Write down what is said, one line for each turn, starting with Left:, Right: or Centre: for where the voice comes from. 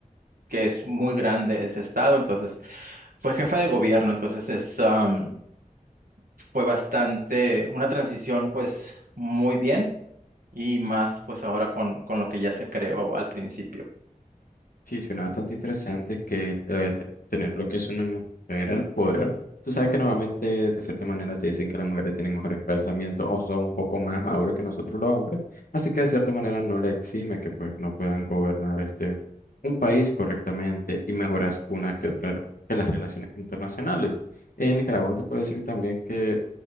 Right: que es muy grande ese estado, entonces fue jefa de gobierno, entonces es, am, fue bastante, una transición pues muy bien y más pues ahora con, con lo que ya se creó al principio.
Left: Sí, suena bastante interesante que eh, te- tener lo que es una mujer al poder. Tú sabes que normalmente, de cierta manera, se dicen que las mujeres tienen mejores pensamientos o son un poco más maduros que nosotros los hombres, así que de cierta manera no le exime que pues no puedan gobernar este un país correctamente y mejoras una que otra que las relaciones internacionales. En Nicaragua te puedo decir también que